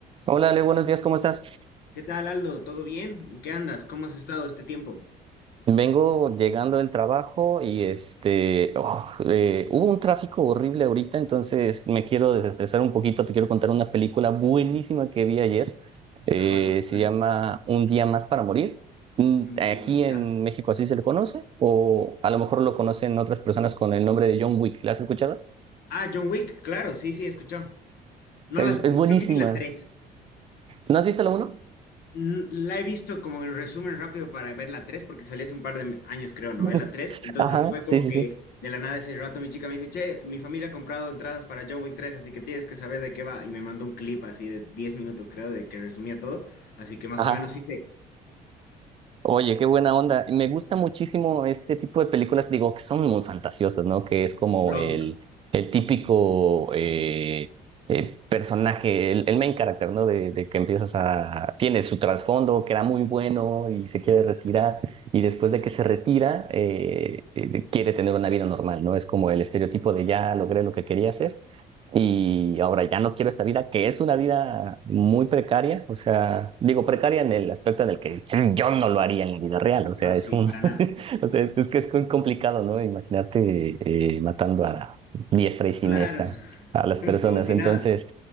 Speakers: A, on the right (about 35°); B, on the left (about 70°).
A: Hola Ale, buenos días, ¿cómo estás?
B: ¿Qué tal, Aldo? ¿Todo bien? ¿En qué andas? ¿Cómo has estado este tiempo?
A: Vengo llegando del trabajo y este, oh, eh, hubo un tráfico horrible ahorita, entonces me quiero desestresar un poquito, te quiero contar una película buenísima que vi ayer, eh,
B: Ah, bárbaro,
A: se
B: claro.
A: llama Un día más para morir. Mm,
B: No te
A: Aquí
B: llamo, ya.
A: en México así se le conoce, o a lo mejor lo conocen otras personas con el nombre de John Wick, ¿la has escuchado?
B: Ah, John Wick, claro, sí, sí, he escuchado. No
A: Es,
B: las
A: es
B: vi,
A: buenísima.
B: creo que vi la 3.
A: ¿No has visto la uno?
B: La he visto como en resumen rápido para ver la 3, porque salió hace un par de me- años, creo, ¿no?
A: <laughs>
B: Ve la 3. Entonces
A: Ajá,
B: fue
A: sí,
B: como
A: sí,
B: que
A: sí.
B: de la nada ese rato mi chica me dice, che, mi familia ha comprado entradas para John Wick tres, así que tienes que saber de qué va. Y me mandó un clip así de 10 minutos, creo, de que resumía todo. Así que más
A: Ajá.
B: o menos sí, sé.
A: Oye, qué buena onda. Me gusta muchísimo este tipo de películas, digo, que son muy fantasiosas, ¿no? Que es como
B: lógico.
A: el, el típico eh, eh, personaje, el, el main character, ¿no? De, de que empiezas a... Tiene su trasfondo, que era muy bueno y se quiere retirar, y después de que se retira, eh, eh, quiere tener una vida normal, ¿no? Es como el estereotipo de ya logré lo que quería hacer y ahora ya no quiero esta vida, que es una vida muy precaria, o sea, digo precaria en el aspecto en el que yo no lo haría en la vida real, o sea,
B: No,
A: es
B: sí,
A: un,
B: para
A: <laughs>
B: nada.
A: o sea, es, es que es muy complicado, ¿no? Imaginarte eh, matando a diestra y siniestra
B: Claro,
A: a las
B: <laughs>
A: personas,
B: como si
A: entonces,
B: nada.